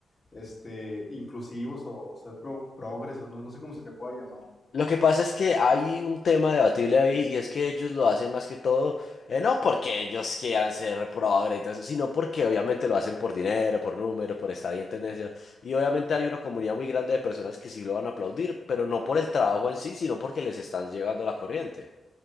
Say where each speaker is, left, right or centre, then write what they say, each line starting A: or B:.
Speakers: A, on the left (about 25°); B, on the left (about 50°).
A: este, inclusivos o ser pro, progres, no, no sé cómo se le pueda llamar.
B: Lo que pasa es que hay un tema debatible ahí y es que ellos lo hacen más que todo, eh, no porque ellos quieran ser progre y todo eso, sino porque obviamente lo hacen por dinero, por número, por estar ahí en tendencia. Y obviamente
A: Bueno,
B: hay una comunidad muy grande de personas que sí lo van a aplaudir, pero no por el trabajo en sí, sino porque les están llegando la corriente.